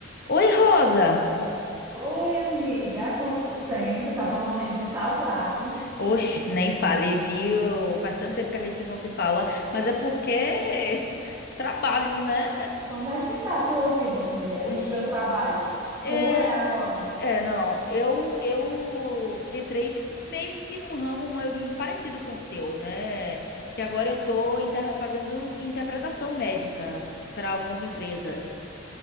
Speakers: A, on the left; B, on the right.
A: Oi, Rosa!
B: Oi, amiga, há quanto tempo? Eu tava morrendo de saudade.
A: Oxe, nem fale, viu? Faz tanto tempo que a gente não se fala, mas é porque <laughs> trabalho, né?
B: Como é que tá a tua vida, mulher,
A: Oxe,
B: no teu trabalho?
A: é...
B: Como é agora?
A: É, não, eu, eu entrei, tipo, meio que num ramo meio parecido com o seu, né? Que agora eu tô inter- fazendo interpretação médica para algumas empresas.